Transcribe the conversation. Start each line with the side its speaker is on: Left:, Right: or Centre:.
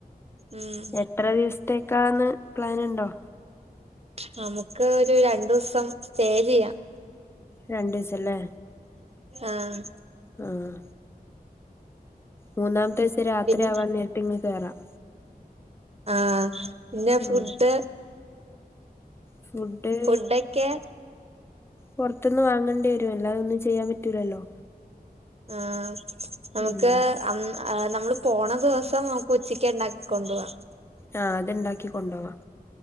Right: ഉം
Left: എത്ര ദിവസത്തേക്കാന്ന് പ്ലാന് ഉണ്ടോ
Right: നമുക്ക് ഒരു രണ്ടുസം സ്റ്റേ ചെയ്യാം
Left: രണ്ട് സല്ലേ
Right: ആഹ്
Left: ആഹ് മൂന്നാമത്തെ ദിസം രാത്രി
Right: പിൻ
Left: ആവാൻ നേരിട്ട് ഇങ്ങ് കേറാം
Right: ആഹ് പിന്നെ
Left: ആഹ്
Right: ഫുഡ്
Left: ഫുഡ്‌യെ
Right: ഫുഡൊക്കെ
Left: പൊറത്തുന്നു വാങ്ങണ്ടി വരുമല്ലോ അല്ലാതെയൊന്നും ചെയ്യാൻ പറ്റൂലല്ലോ
Right: ആ നമുക്ക്
Left: ഉം
Right: അ ആഹ് നമ്മള് പോണ ദിവസം നമുക്ക് ഉച്ചക്ക് ഉണ്ടാക്കികൊണ്ട് പോകാം
Left: ആ അത് ഉണ്ടാക്കി കൊണ്ട് പോവാം